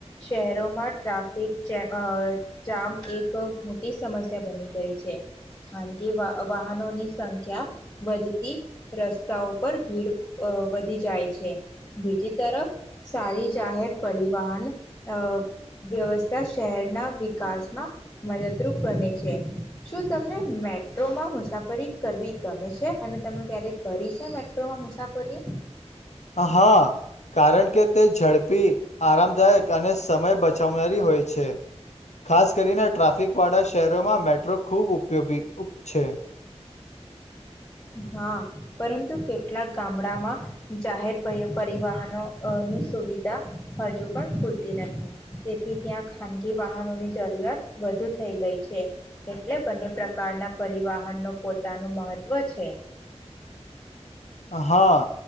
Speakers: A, on the left; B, on the left.
A: શહેરોમાં ટ્રાફિક છે, અ જામ એક મોટી સમસ્યા બની ગઈ છે, ખાન ગી વ વાહનોની સં ખ્યા વધતી રસ્તાઓ પર ભીડ વધી જાય છે, બીજી તરફ સારી જાહેર પરિવાહન અ વ્યવસ્થા શહેરના વિકાસમાં મદદરૂપ બને છે, શું તમને મેટ્રોમાં મુસાફરી કરવી ગમે છે? અને તમે ક્યારેક કરી છે? મેટ્રોમાં મુસાફરી
B: હા કારણ કે તે ઝડપી આરામદાયક અને સમય બચાવનારી હોય છે ખાસ કરીને ટ્રાફિક વાળા શહેરોમાં મેટ્રો ખૂબ ઉપયોગી ઉપ છે.
A: હા પરંતુ કેટલાક ગામડામાં જાહેર પરી પરિવાહનોની સુવિધા હજુ પણ ભૂલતી નથી તેથી ત્યાં ખાનગી વાહનોની જરૂરિયાત વધુ થઈ ગઈ છે એટલે બંને પ્રકારના પરિવાહનનું પોતાનું મહત્ત્વ છે.
B: હા